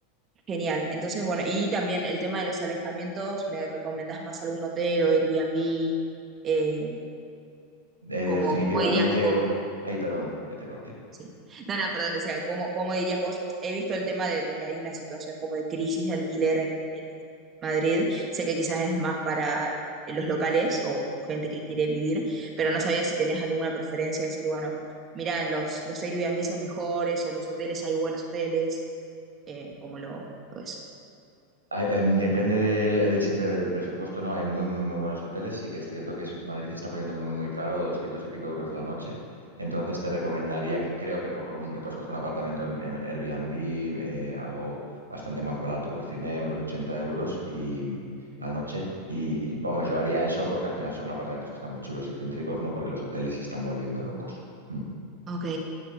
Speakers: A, on the right; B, on the right.
A: genial, entonces, bueno, y también el tema de los alojamientos, ¿me recomendás más algún hotel o Airbnb? Eh,
B: Eh,
A: ¿cómo,
B: definitivamente,
A: cómo dirías vos?
B: ay, perdón, que te corté.
A: Sí. No, no, perdón, decía, ¿cómo, cómo dirías vos? He visto el tema de, de que hay una situación como de crisis de alquiler en, en Madrid. Sé que quizás es más para los locales o gente que quiere vivir, pero no sabía si tenés alguna preferencia, decir, bueno, mira, los, los Airbnb son mejores o los hoteles, hay buenos hoteles, eh, como lo, lo es.
B: Hay- em, Depende del- de siempre del presupuesto, ¿no? Hay muy, muy, muy buenos hoteles. Sí que es cierto que es- Madrid se está poniendo muy, muy caro, 200 y pico euros la noche. Entonces te recomendaría, que, creo que por, con un- te puedes coger un apartamento en, en Airbnb, eh, algo bastante más barato por 100 euros, 80 euros y la noche. Y, y, vamos, yo haría eso porque al final son apartamentos que están muy chulos y céntricos, ¿no? Porque los hoteles se están volviendo locos. Mm.
A: Ok.